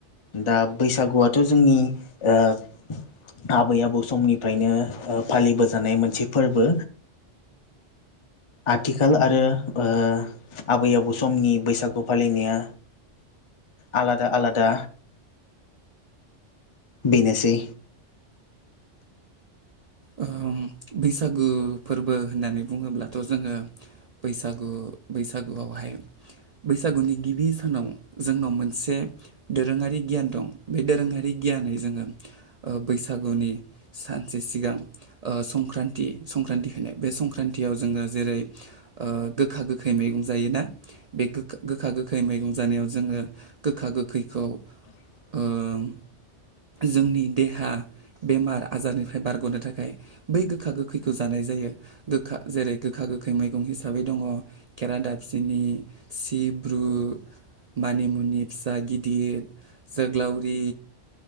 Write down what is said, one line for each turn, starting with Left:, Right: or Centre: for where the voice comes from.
Left: दा बैसागुआथ' जोंनि ओ आबै आबौ समनिफ्रायनो ओ फालिबोजानाय मोनसे फोरबो आथिखाल आ रो ओ आबै आबौ समनि बैसागु फालिनाया आलादा आलादा बेनोसै
Right: ओम बैसागु फोरबो होननानै बुङोब्लाथ' जोङो बैसागु बैसागुआवहाय बैसागुनि गिबि सानाव जोंनाव मोनसे दोरोङारि गियान दं बे दोरोङारि गियानै जोङो ओ बैसागुनि सानसे सिगां संक्रान्ति सं संक्रान्ति होनो बे संक्रान्तियाव जोङो जेरै ओ गोखा गोखै मैगं जायोना बे गो-गोखा गोखै मैगं जानायाव जोङो गोखा गोखैखौ
Left: <inaudible>
Right: ओ जोंनि देहा बेमार आजारनिफ्राय बारग'नो थाखाय बै गोखा गोखैखौ जानाय जायो गोखा जेरै गोखा गोखै मैगं हिसाबै दङ केरा दाबसिनि सिब्रु मानिमुनि फिसा गिदिर जोग्लावरि